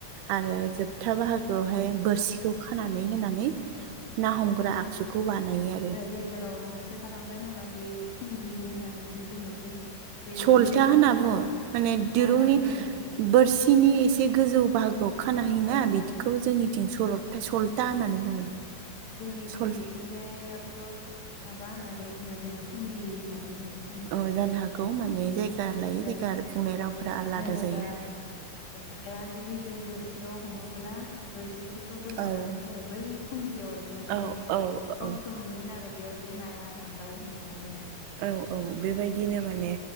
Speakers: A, on the left (about 85°); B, on the right (about 80°).
A: औ
B: आरो जोबथा बाहागोआवहाय बोरसिखौ खानानै होनानै
A: औ
B: ना हमग्रा
A: औ
B: आगजुखौ बानायो आरो।
A: गेजेराव मोनसे थालांबाय नामा बे फुंगि होननानै जे बुङो जे बे
B: सलथा
A: दिरुङाव
B: होनना
A: जे
B: बुङो माने दिरुंनि
A: मा होननानै बुङो
B: बोरसिनि एसे गोजौ बाहागोआव खाना होयोना
A: ओ
B: बिदि बेखौबो जोंनिथिं सल'था सल'था होननानै बुङो।
A: जोंनिथिं
B: सल
A: बिथिंजायखौ माबा होननानै बुङो जोङो फुंगि होननानै बुङो। फुंगि
B: औ जानो हागौ माने जायगा
A: औ
B: लायै
A: जेन-
B: जायगा बुंनाय रावफोरा
A: औ
B: आलादा
A: जेनेबा
B: जायो।
A: नाया जुदि बै बोरसियाव हमोब्ला। बोरसिखौथ' बोना
B: औ
A: लांगोनथ' बै फुंगियाव माने
B: औ औ
A: गमखौ
B: औ
A: मोनगोन आरो बेयाव जे नाया हमबाय होननानै आरो।
B: औ औ बेबायदिनो माने।